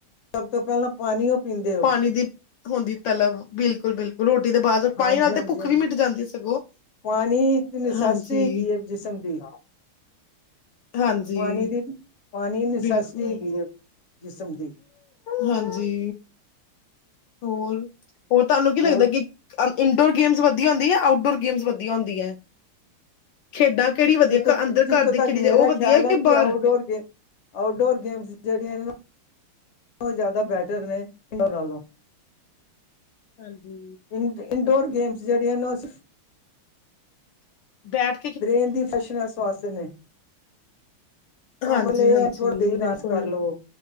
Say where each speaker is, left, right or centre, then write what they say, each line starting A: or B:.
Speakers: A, on the left (about 50°); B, on the left (about 75°).
A: ਸਭ ਤੋਂ ਪਹਿਲਾਂ ਪਾਣੀ ਉਹ ਪੀਂਦੇ ਹੋ
B: ਪਾਣੀ ਦੀ ਹੁੰਦੀ ਤਲਬ, ਬਿਲਕੁਲ- ਬਿਲਕੁਲ ਰੋਟੀ ਦੇ ਬਾਅਦ ਪਾਣੀ
A: ਹਾਂਜੀ
B: ਨਾਲ
A: ਹਾਂਜੀ
B: ਤੇ ਭੁੱਖ
A: ਹਾਂਜੀ
B: ਵੀ ਮਿਟ ਜਾਂਦੀ ਸਗੋਂ
A: ਪਾਣੀ ਇੱਕ ਨਸੈਸ
B: ਹਾਂਜੀ
A: ਹੈਗੀ ਹੈ ਜਿਸਮ ਦੀ
B: ਹਾਂਜੀ
A: ਪਾਣੀ ਦੀ ਪਾਣੀ ਨਸੈਸਿਟੀ
B: ਬਿਲਕੁਲ
A: ਹੈਗੀ ਹੈ ਜਿਸਮ ਦੀ
B: ਹਾਂਜੀ ਹੋਰ, ਹੋਰ ਤੁਹਾਨੂੰ ਕੀ ਲੱਗਦਾ
A: ਹੋਰ
B: ਕਿ ਇੰਨਡੋਰ ਗੇਮਸ ਵਧੀਆ ਹੁੰਦੀ ਹੈ, ਆਊਟਡੋਰ ਗੇਮਸ ਵਧੀਆ ਹੁੰਦੀ ਹੈ ਖੇਡਾਂ ਕਿਹੜੀ ਵਧੀਆ
A: ਜਿੱਥੋਂ,
B: ਘ ਅੰਦਰ
A: ਜਿੱਥੋਂ
B: ਘਰ ਦੇ
A: ਤੱਕ
B: ਖੇਲੀ ਜਾਏ
A: ਮੇਰਾ
B: ਉਹ ਵਧੀਆ
A: ਖਿਆਲ ਹੈ ਕਿ
B: ਬਾਹਰ
A: ਆਊਟਡੋਰ ਗੇ। ਆਊਟਡੋਰ ਗੇਮਸ ਜਿਹੜੀਆਂ ਇੰਨਾ ਨੂੰ ਉਹ ਜ਼ਿਆਦਾ ਬੈਟਰ ਨੇ, ਇੰਨਾ ਨਾਲੋਂ
B: ਹਾਂਜੀ
A: ਇ ਇੰਡੋਰ ਗੇਮਸ ਜਿਹੜੀਆਂ ਨੂੰ ਸਫ।
B: ਬੈਟ
A: ਬ੍ਰਰੇਨ ਦੀ ਫੈ੍ਸ਼ਨਾਂਸ ਸੁਆਸ ਨੇ ਉਹ
B: ਹਾਂਜੀ
A: ਮਤਲਬ ਇਹ
B: ਹਾਂਜੀ
A: ਹੈ ਥੋੜਾ ਦਿਲ
B: ਬਿਲਕੁਲ
A: ਗਾਰਸ ਕਰ ਲੋ